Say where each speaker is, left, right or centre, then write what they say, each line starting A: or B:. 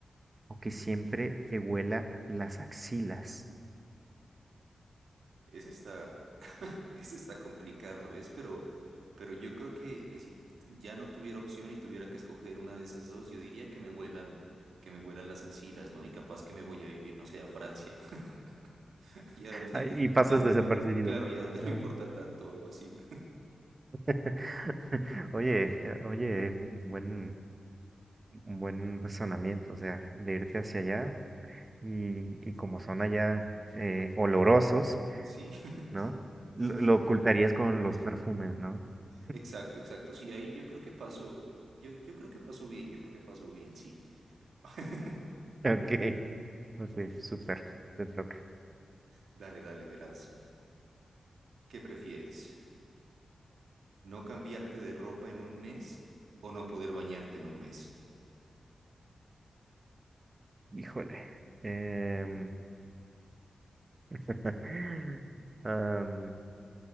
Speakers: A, on the right; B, on the right.
A: o que siempre te huela las axilas?
B: Es esta. Esa está complicada, ¿ves? Pero, pero yo creo que, que si ya no tuviera opción y tuviera que escoger una de esas dos, yo diría que me huelan, que me huelan las axilas, ¿no? Y capaz que me voy a vivir, no sé, a Francia, <laughs> allá donde,
A: Ay, y pasas
B: donde, no-
A: desapercibido.
B: donde, claro, allá donde
A: Ajá.
B: no importa tanto, o algo así.
A: <laughs> Oye, eh, oye, un buen, un buen razonamiento, o sea, de irte hacia allá y, y como son allá eh, olorosos,
B: Sí, <laughs>
A: ¿no?
B: sí,
A: Lo,
B: sí.
A: lo ocultarías con los perfumes, ¿no? <laughs>
B: Exacto, exacto. Sí, ahí yo creo que paso, yo, yo creo que paso bien, yo creo que paso bien, sí. <laughs>
A: Ok, ok, súper, te toca.
B: Dale, dale, verás. ¿Qué prefieres? ¿No cambiarte de ropa en un mes o no poder bañarte en un mes?
A: Híjole. em, <laughs> am,